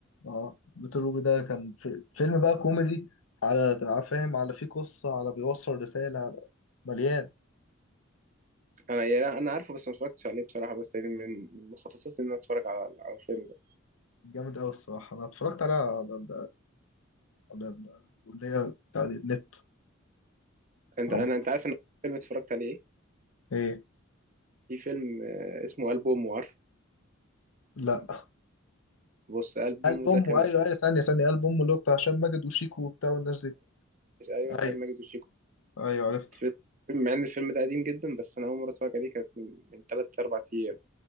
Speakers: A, on the left; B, on the right.
A: اه بيتر روبي ده كان في فيلم بقى كوميدي على على فاهم على فيه قصة على بيوصل رسالة على مليان
B: انا يعني انا عارفه بس ما اتفرجتش عليه بصراحه بس يعني من من مخططاتي ان انا اتفرج على على الفيلم ده
A: جامد أوي الصراحة أنا اتفرجت عليها على ال- على ال- اللي هي بتاع دي النت
B: انت
A: عم
B: انا انت عارف ان أول فيلم اتفرجت عليه
A: إيه
B: ايه في فيلم آه، اسمه البومه عارفه
A: لا
B: بص البومه
A: قلب أمه
B: ده كان
A: أيوه أيوه ثانية ثانية قلب أمه اللي هو بتاع هشام ماجد وشيكو وبتاع والناس دي
B: ايوه
A: أيوه
B: هشام ماجد وشيكو
A: أيوه عرفته
B: الفيلم مع ان الفيلم ده قديم جدا بس انا اول مره اتفرج عليه كانت من من 3 4 ايام